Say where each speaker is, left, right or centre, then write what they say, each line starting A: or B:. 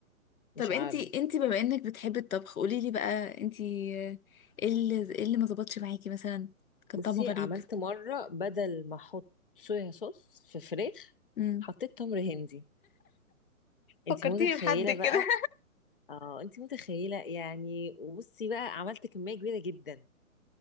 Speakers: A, on the left (about 75°); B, on the left (about 40°).
A: طب
B: مش
A: انتي
B: عارف
A: انتي بما انك بتحبي الطبخ قولي لي بقى انتي آه، ايه اللي ايه اللي ما ظبطش معاكي مثلا كان
B: بصي
A: طعمه غريب
B: عملت مرة بدل ما احط صويا صوص في فراخ
A: امم
B: حطيت تمر هندي انت
A: فكرتيني
B: متخيلة
A: بحد كده
B: بقى اه انت متخيله يعني وبصي بقى عملت كميه كبيره جدا